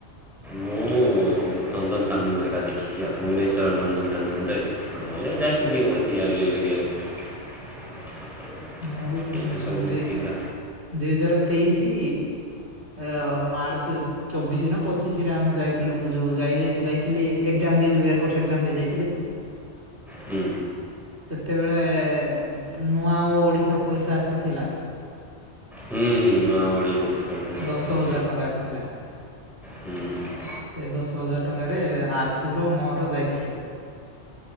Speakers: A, in the centre; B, on the right.
A: ମୁଁ ନନ୍ଦନକାନନରେ ଏକା ଦେଖିଚି ଆଉ ଭୁବନେଶ୍ୱର ନନ୍ଦନକାନନରେ ଆଉ ନହଲେ ଦେଖିନି ମୁଁ ଏତି ଆଉ ରିୟଲରେ କେବେ।
B: ମୁଁ ବି ବନ୍-ଦୁଇ
A: ସେଇଠି ସବୁ ଥିଲା
B: ଦୁଇ ହଜାର ତେଇଶି ଅ-ମାର୍ଚ୍ଚ ଚବିଶି ନା ପଚିଶିରେ ଆମେ ଯାଇଥିଲୁ ମୁଁ ଯୋଉ ଯାଇ-ଯାଇ-ଯାଇଥିଲି ଏଗଜାମ୍ ଏମତି ଏଇ ଯୋଉ ଏୟାରଫୋର୍ସ୍ ଏଗଜାମ୍ ଦେଇ ଯାଇଥିଲି।
A: ହୁଁ
B: ସେତେବେଳେ ନୂଆ ଓ-ଓଡ଼ିଶା ପଇସା ଆସିଥିଲା।
A: ହୁଁ ହୁଁ ନୂଆ ଓଡ଼ିଶା ସେତେବେଳେ ସେ ଗୋଟେ
B: ଦଶ
A: ଥିଲା
B: ହଜାର ଟଙ୍କା ଆସିଥିଲା ସେ
A: ହୁଁ
B: ଦଶ ହଜାର ଟଙ୍କାରେ ଆଶୁର ମୋର ଯାଇଥିଲୁ।